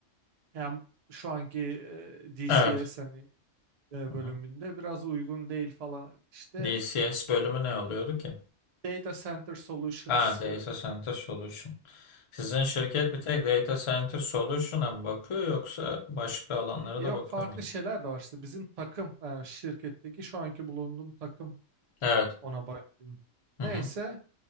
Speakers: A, on the right; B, on the left.
A: yani şu anki eee, DCS
B: evet.
A: hani eee,
B: Hı
A: bölümünde
B: hı.
A: biraz uygun değil falan işte
B: DCS bölümü
A: eee,
B: ne oluyordu ki?
A: Data Center Solutions
B: Ha, Data Center Solution. Sizin şirket bir tek Data Center Solution'a mı bakıyor yoksa başka alanlara
A: E,
B: da
A: Yok
B: bakıyor
A: farklı
B: mu?
A: şeyler de var işte bizim takım e, şirketteki şu anki bulunduğum takım
B: Evet.
A: ona bakıyorum.
B: Hı
A: Neyse
B: hı,